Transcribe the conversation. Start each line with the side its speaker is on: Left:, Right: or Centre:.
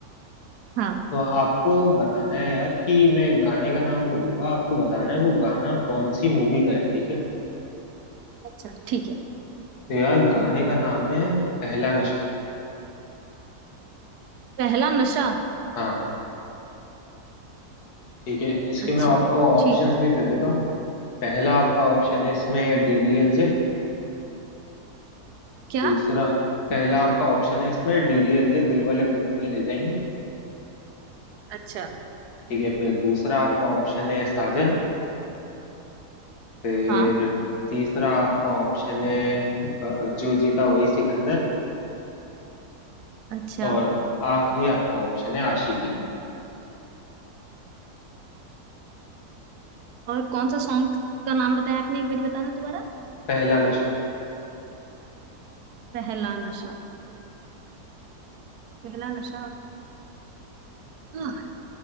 Right: हाँ
Left: तो आपको बताना है यार कि मैं एक गाने का नाम बोलूंगा आपको बताना है वो गाना कौन सी मूवी का है ठीक है
Right: अच्छा ठीक है
Left: तो यार गाने का नाम है पहला नशा
Right: पहला नशा
Left: हाँ ठीक है इसके
Right: अच्छा
Left: मैं आपको ऑप्शंस
Right: ठीक है
Left: भी दे देता हूँ पहला आपका ऑप्शन है इसमें डीडीएलजे
Right: क्या
Left: दूसरा पहला आपका ऑप्शन है इसमें डीडीएलजे दिल वाले दुल्हनिया ले जाएंगे
Right: अच्छा
Left: ठीक है फिर दूसरा आपका ऑप्शन है साजन फिर
Right: हाँ
Left: तीसरा आपका ऑप्शन है अ, जो जीता वही सिकंदर
Right: अच्छा
Left: और आखिरी आपका ऑप्शन है आशिकी
Right: और कौन सा सॉन्ग का नाम बताया आपने एक बार बताना दोबारा
Left: पहला नशा
Right: पहला नशा पहला नशा हाँ